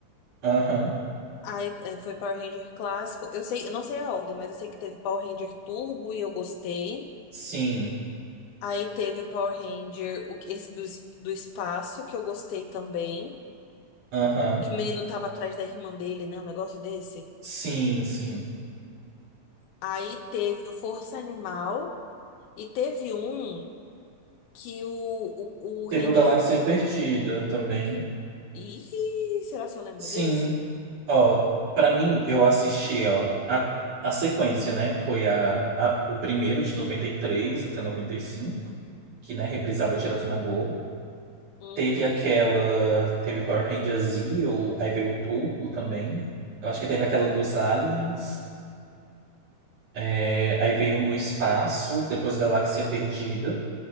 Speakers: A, on the right (about 55°); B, on the left (about 85°).
A: Aham.
B: Aí é, foi Power Ranger clássico. Eu sei, eu não sei a ordem, mas eu sei que teve Power Ranger Turbo e eu gostei.
A: Sim.
B: Aí teve o Power Ranger, o, esse do, es- do espaço, que eu gostei também.
A: Aham.
B: Que o menino tava atrás da irmã dele, né? Um negócio desse.
A: Sim, sim.
B: Aí teve o Força Animal. E teve um que o, o,
A: Teve
B: o Ranger.
A: o Galáxia Perdida também.
B: Ih, será que eu lembro
A: Sim.
B: desse?
A: Ó, pra mim, eu assisti, ó, a, a sequência, né? Foi a, a- o primeiro de 93 até 95 que, né, reprisava direto na Globo.
B: Uhum.
A: Teve aquela, teve Power Rangers Zeo, aí veio o Turbo também. Eu acho que teve aquela dos Aliens. É, aí veio No Espaço, depois Galáxia Perdida.